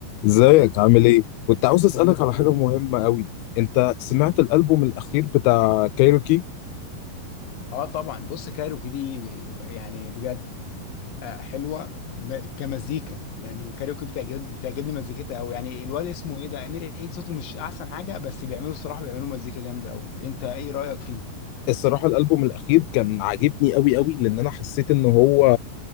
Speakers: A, on the left (about 80°); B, on the left (about 60°).
A: ازيك عامل ايه؟ كنت عاوز اسألك
B: كله تمام
A: على حاجة مهمة قوي انت سمعت الألبوم الأخير بتاع كايروكي؟
B: اه طبعا بص كايروكي دي يعني بجد آه، حلوه ب- كمزيكا يعني كايروكي بتعجب بتعجبني مزيكتها قوي يعني الواد اسمه ايه ده امير عيد صوته مش احسن حاجه بس بيعملوا الصراحه بيعملوا مزيكا جامده قوي انت ايه رايك فيه
A: الصراحة الألبوم الأخير كان عاجبني أوي أوي لأن أنا حسيت إن هو